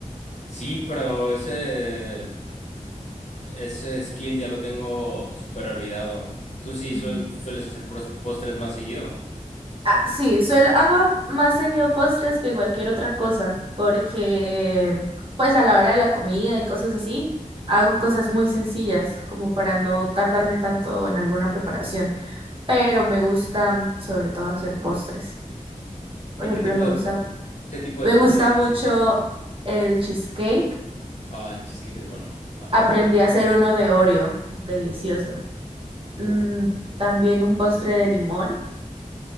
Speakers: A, on the left; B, on the right.
A: Sí, pero ese, ese skill ya lo tengo súper olvidado. Tú sí
B: Mm.
A: suel- sueles hacer pros- postres más seguido.
B: Ah, Sí, suelo, hago más seguido postres que cualquier otra cosa, porque pues a la hora de la comida y cosas así, hago cosas muy sencillas, como para no tardarme tanto en alguna preparación, pero me gusta mm, sobre todo hacer postres. Por
A: ¿Y
B: ejemplo,
A: qué tipo
B: me
A: de,
B: gusta,
A: qué tipo
B: me
A: de postres
B: gusta
A: haces?
B: mucho el cheesecake.
A: Ah, el cheesecake es bueno. Ajá,
B: Aprendí
A: ¿qué otro?
B: a hacer uno de Oreo, delicioso. Mm,
A: Uf,
B: también un postre de limón.